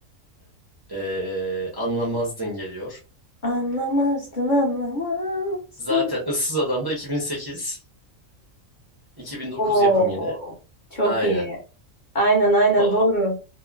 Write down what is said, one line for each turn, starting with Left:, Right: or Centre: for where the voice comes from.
Right: ee, Anlamazdın geliyor.
Left: Anlamazdın, anlamazdın.
Right: Zaten Issız Adam da 2008, 2009
Left: Oo,
Right: yapım yine.
Left: çok
Right: Aynen.
Left: iyi. Aynen aynen
Right: O,
Left: doğru.